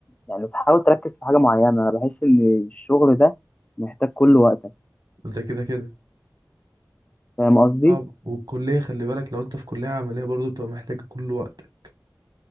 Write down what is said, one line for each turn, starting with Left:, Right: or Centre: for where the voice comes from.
Left: يعني تحاول تركز في حاجه معينه انا بحس ان الشغل ده محتاج كل وقتك
Right: ده كده كده
Left: فاهم قصدي
Right: صعب والكلية خلي بالك لو انت في كلية عملية برضه بتبقى محتاجة كل وقت